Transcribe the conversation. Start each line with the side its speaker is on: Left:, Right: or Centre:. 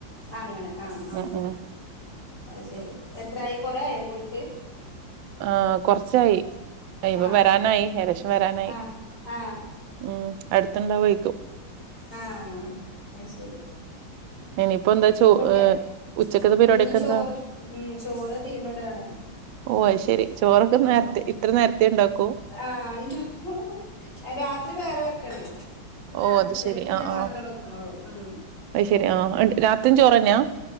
Left: അങ്ങന ആഹ് ആഹ്
Right: ഉം ഉം
Left: അത് ശെരി എത്രായി കൊറേ ആയോ പോയിട്ട്
Right: ആഹ് കൊറച്ചായി അ ഇപ്പ
Left: ആ
Right: വരാനായി ഏകദേശം വരാനായി.
Left: ആ ആ
Right: ഉം അടുത്ത്ണ്ടാവോയിക്കും
Left: ആഹ് അത് ശെരി
Right: ഇനിയിപ്പോ എന്താ
Left: പിന്നെ
Right: ചോ
Left: കുട്ട്യേ
Right: ഉച്ചക്കത്തെ പരിപാടിയൊക്കെ
Left: ഉംചോറ്
Right: എന്താ
Left: ഉം ചോറ് തീമ് ടാണ്.
Right: ഓ
Left: ഉം
Right: അത് ശെരി ചോറൊക്കെ
Left: ഉം
Right: നേരത്തെ ഇത്ര നേരത്തെ ഉണ്ടാക്കൂ
Left: ആഹ് ണ്ടാക്കും രാ ത്രി വേറെ വെക്കണേയ് ഒരാ
Right: ഓ അത്
Left: ഉച്ചക്കിള്ളെ
Right: ശെരി ആഹ്
Left: മാത്രേ
Right: ആഹ്
Left: വെക്ക്ണൊള്ളൂ ഉം
Right: അത് ശെരി ആഹ് രാത്രിയും ചോറന്നെയാ?